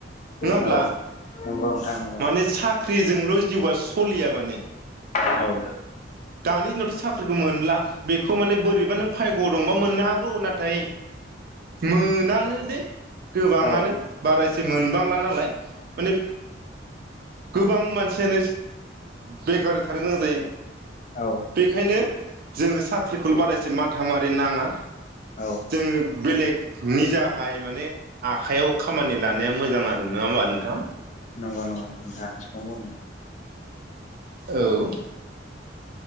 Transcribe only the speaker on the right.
नोङा होमब्ला?
माने सा ख्रिजोंल' जिउवा सलिया माने।
दानि दिनावथ' साख फोरखौ मोनला, बेखौ माने बोरैबा नों फाग्यवाव दंबा मोननो हागौ नाथाय। मोनानो दे गोबाङानो
बारा एसे मोनबांला नालाय। माने गोबां मानसि यानो बेखार थानो गोनां जायो।
बेखायनो जोङो साख्रिखौल' बारा एसे माथा मारि नाङा।
जोङो बेलेग निजाहाय माने आखाइायाव खामानि लानाया मोजां आरो नङा होमबा नोंथां?
औ।